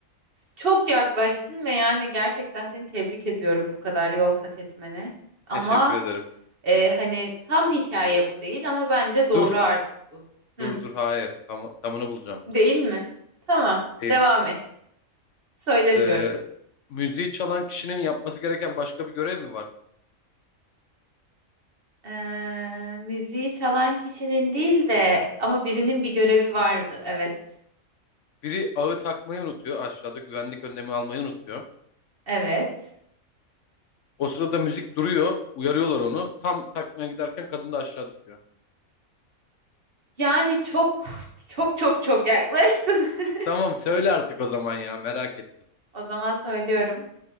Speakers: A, on the right (about 45°); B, on the left (about 65°).
A: Çok yaklaştın ve yani gerçekten seni tebrik ediyorum bu kadar yol kat etmene. Ama
B: Teşekkür ederim.
A: e, hani tam hikaye bu değil ama bence doğru
B: Dur.
A: artık bu. Hı,
B: Dur dur hayır. Tam, tamını bulacağım.
A: değil mi? Tamam,
B: Değil.
A: devam et. Söylemiyorum.
B: Ee, müziği çalan kişinin yapması gereken başka bir görev mi var?
A: Ee, müziği çalan kişinin değil de ama birinin bir görevi vardı. Evet.
B: Biri ağı takmayı unutuyor aşağıda güvenlik önlemi almayı unutuyor.
A: Evet.
B: O sırada müzik duruyor uyarıyorlar onu. Tam takmaya giderken kadın da aşağı düşüyor.
A: Yani çok çok çok çok yaklaştın. <laughs>
B: Tamam söyle artık o zaman ya merak ettim.
A: O zaman söylüyorum.